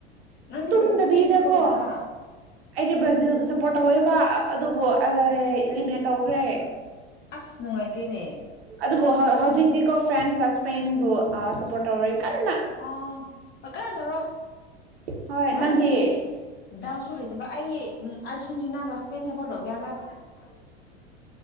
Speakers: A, on the left; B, on the right.
A: ꯅꯪꯗꯤ
B: ꯇꯨꯝꯗꯕꯤꯗꯀꯣ
A: ꯀꯔꯤ ꯇꯤꯝ ꯁꯞꯄꯣꯔꯠ ꯇꯧꯕ꯭ꯔꯥ
B: ꯑꯩꯗꯤ ꯕ꯭ꯔꯥꯖꯤꯜꯗ ꯁꯞꯄꯣꯔꯠ ꯇꯧꯋꯦꯕ ꯑꯗꯨꯕꯨ ꯏꯂꯤꯃꯤꯅꯦꯠ ꯇꯧꯈ꯭ꯔꯦ
A: ꯑꯁ ꯅꯨꯡꯉꯥꯏꯇꯦꯅꯦ
B: ꯑꯗꯨꯕꯨ ꯍꯧꯖꯤꯛꯇꯤꯀꯣ ꯐ꯭ꯔꯥꯟꯁꯀ ꯏꯁꯄꯦꯟꯕꯨ ꯁꯞꯄꯣꯠ ꯇꯧꯔꯦ ꯀꯟꯅ
A: ꯑꯣ ꯍꯣꯏ ꯀꯟꯅ ꯇꯧꯔꯣ
B: ꯍꯣꯏ
A: ꯃꯔꯛꯇꯗꯤ
B: ꯅꯪꯗꯤ
A: ꯗꯥꯎꯁꯨ ꯂꯩꯇꯕ ꯑꯩ ꯑꯔꯖꯦꯟꯇꯤꯅꯥꯒ ꯏꯁꯄꯦꯟ ꯁꯄꯣꯔꯠ ꯇꯧꯒꯦꯍꯟꯗꯛ <unintelligible>